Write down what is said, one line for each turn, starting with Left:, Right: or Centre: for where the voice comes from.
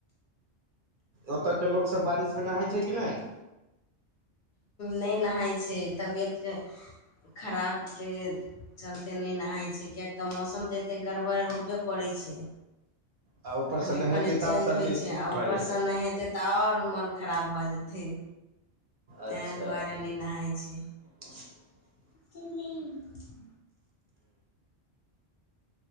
Right: ओतय के लोक सभ बारिश मे नहाय छै कि नहि
Left: नहि नहाइ छै तबियतके खराबके चलते नहि नहाय छै कियक तऽ मौसम तऽ एते गड़बड़ होबे करैत छै।
Right: आ ऊपर
Left: खने
Right: से नहेतै
Left: खने
Right: तऽ
Left: चेंज
Right: आओर सर्दी
Left: होइ छै आ
Right: भऽ
Left: उपर
Right: जेतै
Left: से नहि हेतै तऽ आओर मोन खराब भऽ जेतै
Right: अच्छा
Left: तैहि दुआरे नहि नहाई छै।
Right: <inaudible>
Left: मम्मी हैं।